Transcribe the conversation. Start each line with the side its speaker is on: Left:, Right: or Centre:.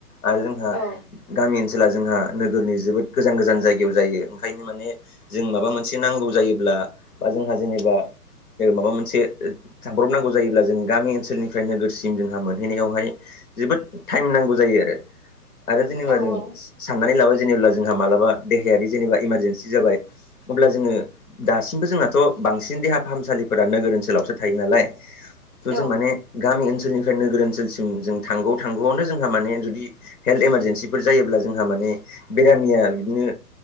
Left: आरो जोंहा
Centre: औ
Left: गामि ओनसोला जोंहा नोगोरनि जोबोद गोजान गोजान जायगायाव जायो ओंखायनो माने जों माबा मोनसे नांगौ जायोब्ला बा जोंहा जेनेबा ओ माबा मोनसे थांब्रबनांगौ जायोब्ला जों गामि ओनसोलनिफ्राय नोगोरसि दिन जोंहा मोनहैनायावहाय जोबोद टाइम नांगौ जायो आरो आरो जेनेबा
Centre: औ
Left: जों साननानै लाबाय जेनेब्ला जोंहा मालाबा देहायारि जेनेबा इमारजेन्सि जाबाय अब्ला जोङो दासिमबो जोंनाथ' बांसिन देहा फाहामसालिफोरा नोगोर ओनसोलावसो थायो नालाय थ' जों
Centre: औ
Left: माने गामि ओनसोलनिफ्राय नोगोर ओनसोलसिम जों थांगौ थांगौआवनो जोंहा माने जुदि हेल्थ इमारजेन्सिफोर जायोब्ला जोंहा माने बेरामिया बिदिनो